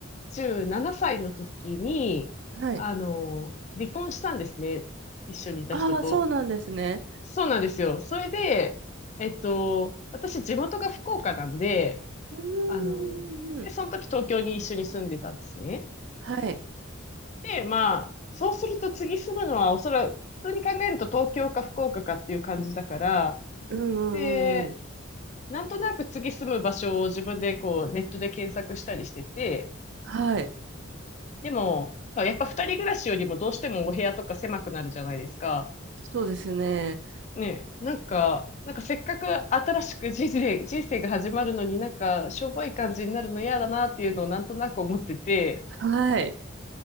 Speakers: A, on the left; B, on the right.
A: 17歳の時に、
B: はい。
A: あの、離婚したんですね。一緒にいた人と。
B: ああ、そうなんですね。
A: そうなんですよ。それで、えっと、私地元が福岡なんで、
B: うーん。
A: あの、で、その時東京に一緒に住んでたんですね。
B: はい。
A: で、まあ、そうすると次住むのはおそらく、普通に考えると東京か福岡かっていう感じだから、
B: うんう
A: で、
B: んうんうん。
A: なんとなく次住む場所を自分でこうネットで検索したりしてて、
B: はい。
A: でも、まあやっぱ二人暮らしよりもどうしてもお部屋とか狭くなるじゃないですか。
B: そうですね。
A: ねえ、なんか、なんかせっかく新しく人生、人生が始まるのになんかしょぼい感じになるの嫌だなっていうのをなんとなく思ってて、
B: はい。